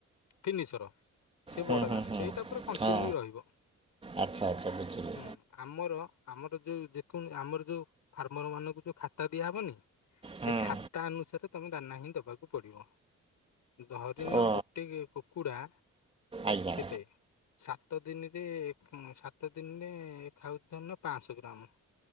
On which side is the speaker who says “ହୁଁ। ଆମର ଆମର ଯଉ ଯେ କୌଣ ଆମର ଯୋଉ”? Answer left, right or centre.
Left